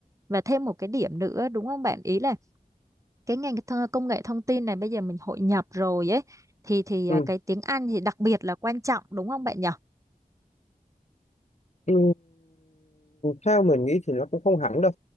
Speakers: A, on the right; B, on the left.
A: và thêm một cái điểm nữa đúng không bạn ý là cái ngành th- công nghệ thông tin này bây giờ mình hội nhập rồi ấy thì thì ờ,
B: ừ.
A: cái tiếng Anh thì đặc biệt là quan trọng đúng không bạn nhỉ?
B: Ừ. theo mình nghĩ thì nó cũng không hẳn đâu